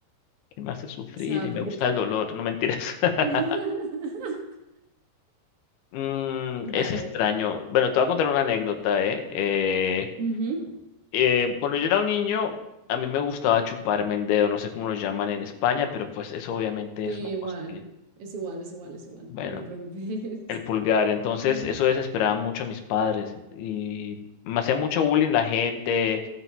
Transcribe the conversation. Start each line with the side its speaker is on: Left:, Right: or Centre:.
Left: Y me hace sufrir
Right: O sea,
Left: y
Right: porque...
Left: me gusta
Right: tú-
Left: el dolor, no mentiras. <laughs>
Right: <laughs>
Left: Mm,
Right: Vale.
Left: es extraño. Bueno, te voy a contar una anécdota, ¿eh? Eh,
Right: Ujú.
Left: eh, Cuando yo era un niño, a mí me gustaba chuparme el dedo, no sé cómo lo llaman en España, pero pues eso obviamente
Right: Sí,
Left: es una
Right: igual.
Left: cosa que,
Right: Es igual, es igual, es igual.
Left: bueno,
Right: No te preocupes.
Left: el pulgar. Entonces,
Right: <laughs> Ujú.
Left: eso desesperaba mucho a mis padres y me hacía mucho bullying la gente